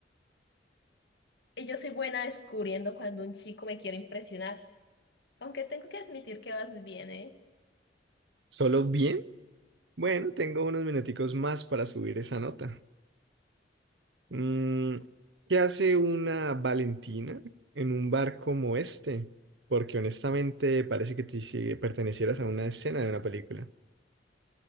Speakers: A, on the left; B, on the right.
A: Y yo soy buena descubriendo cuando un chico me quiere impresionar, aunque tengo que admitir que vas bien, ¿eh?
B: ¿Solo bien? Bueno, tengo unos minuticos más para subir esa nota. Mm, ¿qué hace una Valentina en un bar como este? Porque honestamente parece que te, si pertenecieras a una escena de una película.